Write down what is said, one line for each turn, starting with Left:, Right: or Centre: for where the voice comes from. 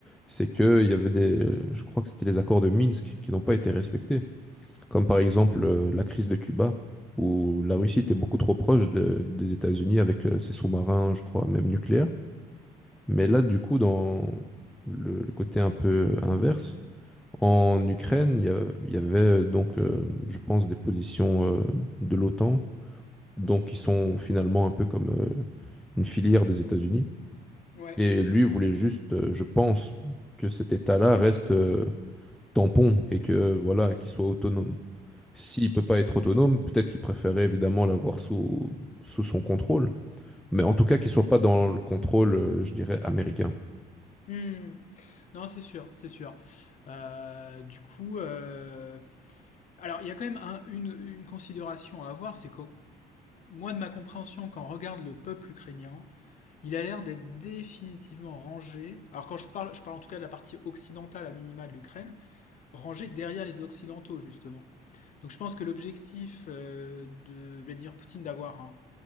Centre: c'est que il y avait des, je crois que c'était les accords de Minsk qui n'ont pas été respectés, comme par exemple euh, la crise de Cuba, où la Russie était beaucoup trop proche de- des États-Unis avec euh, ses sous-marins, je crois, même nucléaires. Mais là, du coup, dans le le côté un peu inverse, en Ukraine, il y, a- il y avait euh, donc, euh, je pense, des positions euh, de l'OTAN, donc qui sont finalement un peu comme euh, une filière des États-Unis.
Left: Ouais.
Centre: Et lui voulait juste, euh, je pense, que cet État-là reste euh, tampon et que voilà, qu'il soit autonome. S'il peut pas être autonome, peut-être qu'il préférait évidemment l'avoir sous, sous son contrôle, mais en tout cas qu'il soit pas dans le contrôle, euh, je dirais, américain.
Left: Hmm. Non, c'est sûr, c'est sûr. Euh, du coup, euh, alors il y a quand même un- une, une considération à avoir, c'est que moi de ma compréhension, quand on regarde le peuple ukrainien, il a l'air d'être définitivement rangé. Alors quand je parle, je parle en tout cas de la partie occidentale à minima de l'Ukraine, rangé derrière les occidentaux justement. Donc je pense que l'objectif euh, de Vladimir Poutine d'avoir un